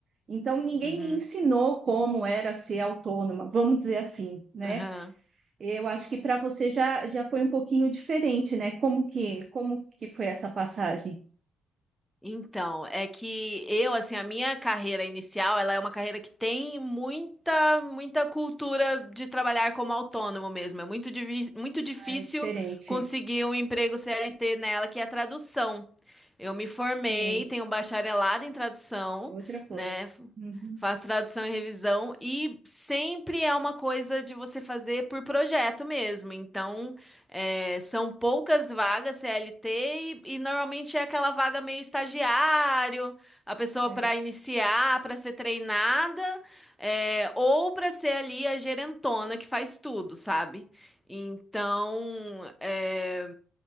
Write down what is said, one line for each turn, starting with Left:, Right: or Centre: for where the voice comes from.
Right: Então, ninguém
Centre: Uhum.
Right: me ensinou como era ser autônoma, vamos dizer assim, né?
Centre: Aham.
Right: Eu acho que para você já, já foi um pouquinho diferente, né? Como que, como que foi essa passagem?
Centre: Então, é que eu, assim, a minha carreira inicial, ela é uma carreira que tem muita, muita cultura de trabalhar como autônomo mesmo. É muito, divi- muito difícil
Right: Ah, é diferente.
Centre: conseguir um emprego CLT nela, que é tradução. Eu me formei,
Right: Sim,
Centre: tenho um bacharelado em tradução,
Right: é outra coisa.
Centre: né? F-
Right: Uhum,
Centre: Faço tradução e revisão e sempre é uma coisa de você fazer por projeto mesmo. Então, é, são poucas vagas CLT e, e normalmente é aquela vaga meio estagiário, a pessoa
Right: certo.
Centre: para iniciar, para ser treinada, é, ou para ser ali a gerentona que faz tudo, sabe? Então, é.